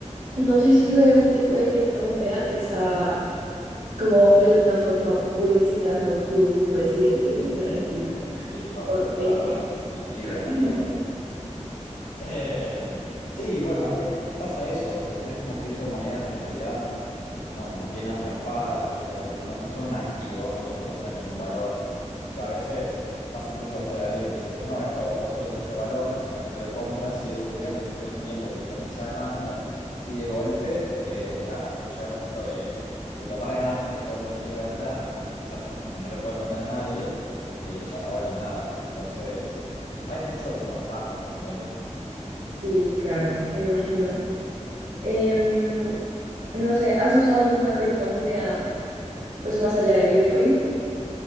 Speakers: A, on the right (about 90°); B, on the left (about 80°).
A: no sé si fue un tipo de criptomoneda que estaba como de alguna forma publicitando tu presidente en Argentina.
B: Sí, ay,
A: Por
B: qué
A: X.
B: vergüenza, sí, Libra,
A: <laughs>
B: Libra. Eh, sí, bueno, eh, eh, pasa eso, o sea que tenés como criptomonedas que en realidad no, no tienen respaldo, digamos, no, no son un activo, no te proporcionan ningún valor y que a veces pasa mucho esto de alguien que dice como no, esto va a subir mucho de valor, entonces la gente lo compra, sigue subiendo, subiendo un tiempo porque hay mucha demanda y de golpe, eh, nada, cuando llega el momento de, de tomar ganancias y todo el mundo quiere vender, se hacen con que no le pueden vender a nadie porque ya no valen nada, entonces hay mucho como estafas al medio, ¿no?
A: Sí, claro, me imagino. Em, no sé, ¿has usado alguna criptomoneda pues más allá de Bitcoin?